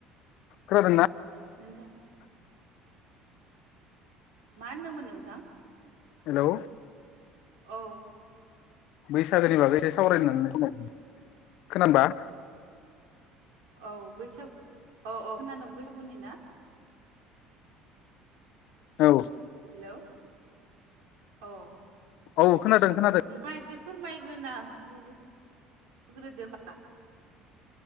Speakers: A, on the left; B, on the right.
A: खोनादोंना?
B: नोंथां मा होनदोंमोन नोंथां?
A: हेलौ
B: औ।
A: बैसागोनि बागै एसे सावरायनो होननानै फन हरदोंमोन‌ खोनादोंना?
B: औ बैसागु औ औ खोनादों बैसागुनि ना?
A: औ।
B: हेलौ अ
A: औ खोनादों खोनादों।
B: नोंथाङा एसे फोरमायग्रोना हो-हो-होग्रोदो ओमबा